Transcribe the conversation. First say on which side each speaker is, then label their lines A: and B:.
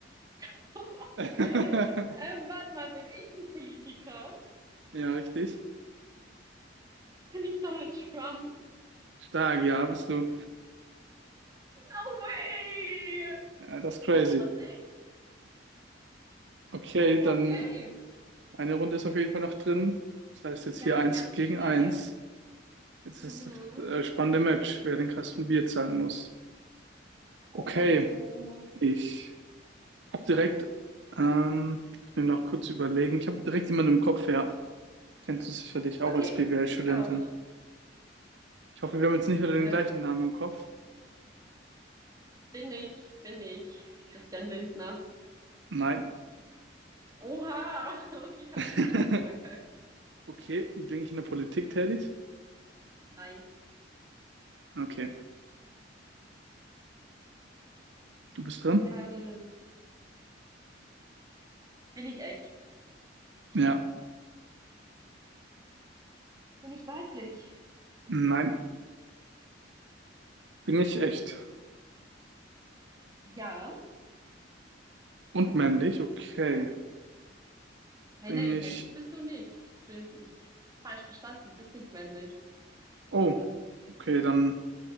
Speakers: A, on the right; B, on the right.
A: <laughs>
B: <laughs>
A: Ähm, warte mal, bin ich ein Politiker?
B: Ja, richtig.
A: Bin ich Donald Trump?
B: Stark, ja, bist du.
A: No way!
B: Ja, das
A: Das
B: ist crazy.
A: gibt's doch nicht.
B: Okay,
A: Ja,
B: dann
A: okay.
B: eine Runde ist auf jeden Fall noch drin. Das heißt jetzt
A: Ja,
B: hier
A: eine
B: eins
A: ganz
B: gegen
A: schnelle.
B: eins. Jetzt
A: Mhm.
B: ist das äh, spannende Match, wer den Kasten Bier zahlen muss.
A: Oh,
B: Okay,
A: oh.
B: ich hab direkt, ähm, ich will noch kurz überlegen. Ich habe direkt jemanden im Kopf, ja. Kennst du sicherlich auch
A: Okay,
B: als BWL-Studentin.
A: ich auch.
B: Ich hoffe, wir haben jetzt nicht wieder den
A: Ähm,
B: gleichen Namen im Kopf.
A: bin ich, bin ich Christian Lindner.
B: Nein.
A: Oha! <laughs> Okay, ich habe
B: <laughs>
A: schon direkt verkackt.
B: Okay, bin ich in der Politik tätig?
A: Nein.
B: Okay, du bist dran?
A: Ähm, bin ich echt?
B: Ja.
A: Bin ich weiblich?
B: Nein, bin ich echt.
A: Ja.
B: Und männlich? Okay.
A: Hey,
B: Bin
A: nein
B: ich
A: männlich bist du nicht. Bin falsch verstanden, du bist nicht männlich.
B: Oh, okay, dann